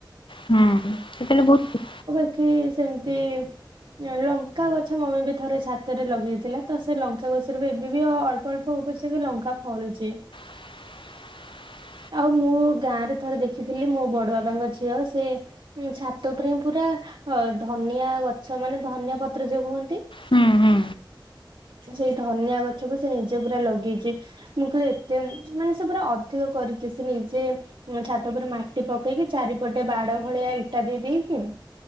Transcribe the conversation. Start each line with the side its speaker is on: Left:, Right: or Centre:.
Left: ହୁଁ ସେତେ ବେଳେ ତ ବହୁତ।
Right: ହୁଁ ସେମିତି। ଲଙ୍କା ଗଛ ମମି ବି ଥରେ ଛାତରେ ଲଗେଇଥିଲା। ତ ସେ ଲଙ୍କା ଗଛରୁ ଏବେ ବି ଆଉ ଅଳ୍ପ ଅଳ୍ପ। ଏ ବର୍ଷ ବି ଲଙ୍କା ଫଳିଛି।
Left: <unintelligible>
Right: ଆଉ ମୁଁ ଗାଁ ରେ ଥରେ ଦେଖିଥିଲି ମୋ ବଡ ବାବାଙ୍କ ଝିଅ ସେ ଛାତ ଉପରେ। ପୁରା ଅ ଧନିଆ ଗଛ ମାନେ ଧନିଆ ପତ୍ର ଜୋଉ କୁହନ୍ତି।
Left: ହୁଁ ହୁଁ।
Right: ସେଇ ଧନିଆ ଗଛକୁ ସେ ନିଜେ ପୁରା ଲଗେଇଛି। ମୁଁ କହିଲି, ଏତେ ମାନେ ସେ ପୁରା ଅଧିକ। କରିକି ସେ ନିଜେ ଛାତ ଉପରେ ମାଟି ପକେଇକି ଚାରିପଟେ ବାଡ ଭଳିଆ ଇଟା ବି ଦେଇକି।